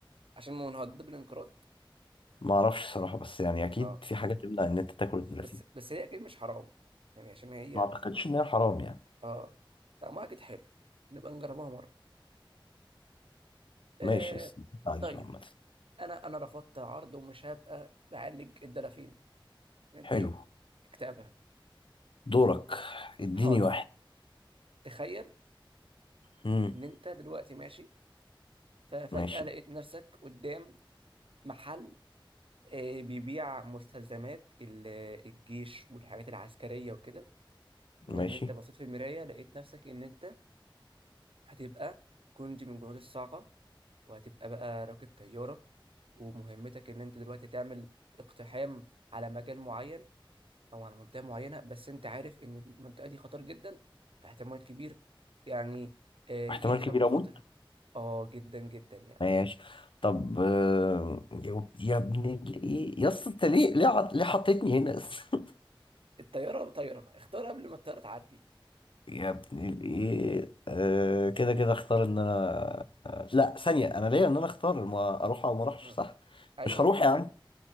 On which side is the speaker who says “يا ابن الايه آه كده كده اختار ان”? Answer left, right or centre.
Left